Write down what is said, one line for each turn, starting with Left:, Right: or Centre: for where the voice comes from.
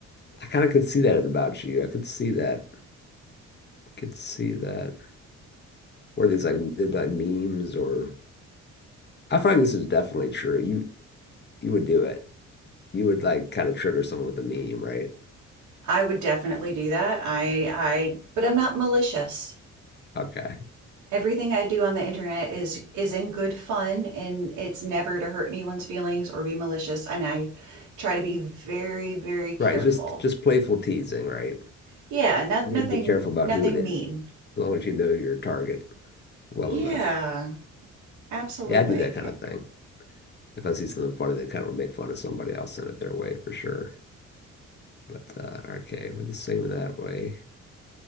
Left: I kind of could see that about you. I could see that. Could see that. What are these like, they'd be like memes or I feel like this is definitely true. You You would do it. You would like kind of trigger someone with a meme, right?
Right: I would definitely do that. I I but I'm not malicious.
Left: Okay.
Right: Everything I do on the internet is is in good fun and it's never to hurt anyone's feelings or be malicious and I try to be very very careful.
Left: Right. It's just just playful teasing, right?
Right: Yeah, not
Left: You
Right: nothing
Left: had to be careful about
Right: nothing
Left: who it is,
Right: mean.
Left: as long as you know your target well
Right: Yeah,
Left: enough.
Right: absolutely.
Left: Yeah, I do that kind of thing. If I see something funny that kind of would make fun of somebody, I'll send it their way for sure. But uh, okay, we're the same that way.